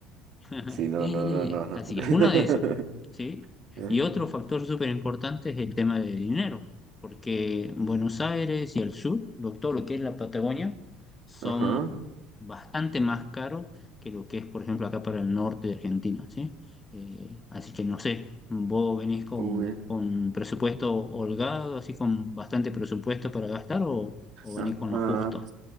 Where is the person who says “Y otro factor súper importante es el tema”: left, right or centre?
Left